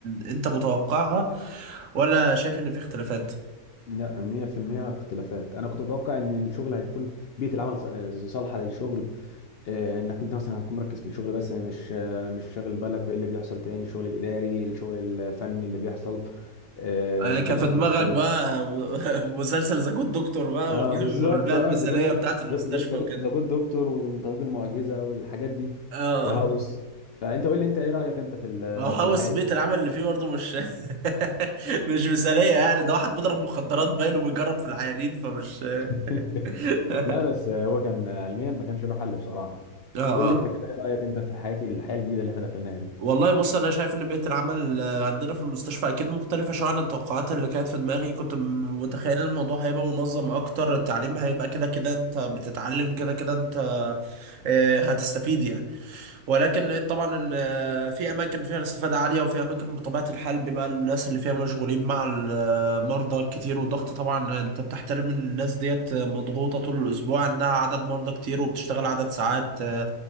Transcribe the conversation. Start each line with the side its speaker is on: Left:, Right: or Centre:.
Right: انت متوقعها ولا شايف ان في اختلافات
Left: لا 100% اختلافات انا كنت متوقع ان الشغل هيكون بيئه العمل ص- صالحه للشغل آه، انك انت مثلا هتكون مركز في الشغل بس مش آه، مش شاغل بالك بايه اللي بيحصل تاني الشغل الاداري الشغل الفني اللي بيحصل آه،
Right: آه، كان
Left: فكره
Right: في دماغك
Left: المرتبات
Right: بقى <laughs> مسلسل ذا جود دكتور بقى
Left: اه
Right: وفيلم
Left: بالظبط
Right: والبيئة
Left: اه
Right: المثالية
Left: ذا جود
Right: بتاعة المستشفى وكده
Left: ذا جود دكتور والطبيب المعجزه والحاجات دي
Right: اه
Left: وهاوس فانت قول لي انت ايه رايك انت في ال-
Right: ما هو هوس
Left: في الحياه
Right: بيئة
Left: دي
Right: العمل اللي فيه برضه مش <laughs> مش مثالية يعني ده واحد بيضرب مخدرات باين وبيجرب في العيانين فمش
Left: <laughs>
Right: <laughs>
Left: لا بس هو كان علميا ما كانش له حل بصراحه
Right: اه
Left: قول
Right: اه
Left: لي انت كده ايه رايك انت في حياه الحياه الجديده اللي احنا دخلناها دي
Right: والله بص انا شايف ان بيئه العمل آه، عندنا في المستشفى اكيد مختلفه شويه عن التوقعات اللي كانت في دماغي كنت م- متخيل الموضوع هيبقى منظم اكتر التعليم هيبقى كده كده انت بتتعلم كده كده انت آه، هتستفيد يعني ولكن لقيت طبعا ان آه، في اماكن فيها الاستفاده عاليه وفي اماكن بطبيعه الحال بيبقى الناس اللي فيها مشغولين مع المرضى كتير والضغط طبعا انت بتحترم ان الناس ديت مضغوطه طول الاسبوع عندها عدد مرضى كتير وبتشتغل عدد ساعات آه،